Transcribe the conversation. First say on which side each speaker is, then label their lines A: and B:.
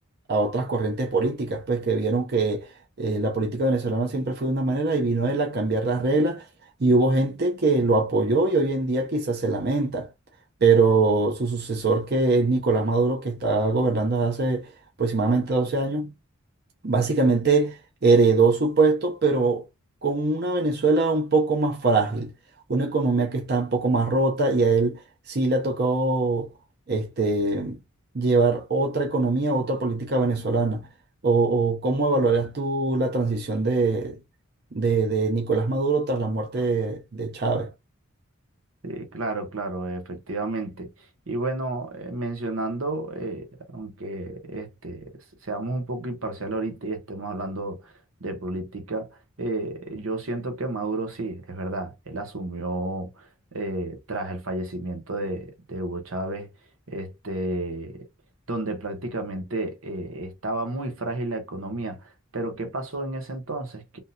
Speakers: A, on the right (about 50°); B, on the right (about 80°).
A: a otras corrientes políticas, pues que vieron que eh, la política venezolana siempre fue de una manera y vino él a cambiar las reglas y hubo gente que lo apoyó y hoy en día quizás se lamenta. Pero su sucesor, que es Nicolás Maduro, que está gobernando desde hace aproximadamente 12 años, básicamente heredó su puesto, pero con una Venezuela un poco más frágil, una economía que está un poco más rota y a él sí le ha tocado este, llevar otra economía, otra política venezolana. ¿O, o cómo evaluarías tú la transición de, de, de Nicolás Maduro tras la muerte de, de Chávez?
B: Sí, claro, claro, efectivamente. Y bueno, eh, mencionando, eh, aunque este, s- seamos un poco imparcial ahorita y estemos hablando de política, eh, yo siento que Maduro sí, es verdad, él asumió eh, tras el fallecimiento de, de Hugo Chávez, este, donde prácticamente eh, estaba muy frágil la economía. Pero ¿qué pasó en ese entonces?